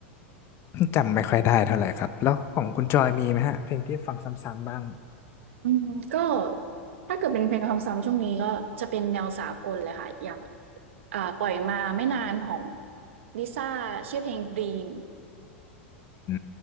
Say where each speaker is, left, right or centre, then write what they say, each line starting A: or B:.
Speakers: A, on the left (about 40°); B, on the right (about 75°).
A: จำไม่ค่อยได้เท่าไหร่ครับแล้วของคุณจอยมีไหมฮะเพลงที่ฟังซ้ำๆบ้าง
B: อืมก็ถ้าเกิดเป็นเพลงซ้ำๆช่วงนี้ก็จะเป็นแนวสากลเลยค่ะอย่างอ่าปล่อยมาไม่นานของ Lisa ชื่อเพลง "Dream"
A: อื